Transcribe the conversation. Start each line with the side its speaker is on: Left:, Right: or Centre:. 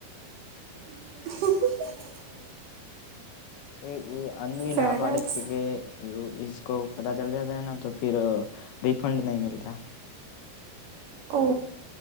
Right: <inaudible>
Left: એ અન
Right: સરસ
Left: ના પાડે કે કે ર ઇસકો પતા ચલ જતા હૈ ના તો રિફંડ નહી મિલતા.
Right: ઓ